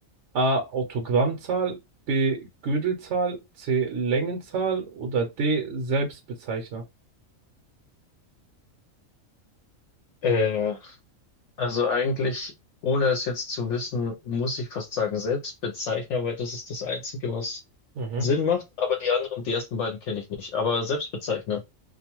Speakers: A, on the right (about 65°); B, on the left (about 70°).
A: A. Autogrammzahl, B. Gödelzahl, C. Längenzahl oder D. Selbstbezeichner.
B: Äh, also eigentlich, ohne es jetzt zu wissen, muss ich fast sagen Selbstbezeichner, weil das ist das Einzige, was
A: Mhm.
B: Sinn macht. Aber die anderen, die ersten beiden kenne ich nicht. Aber Selbstbezeichner.